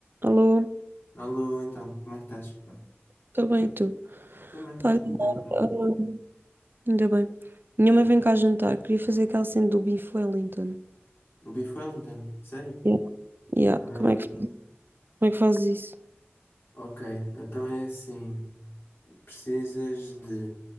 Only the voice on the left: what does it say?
Alô, então, como é que estás?
Também,
está tudo tranquilo.
O Bife Wellington, sério?
Hum,
ok, então é assim, precisas de,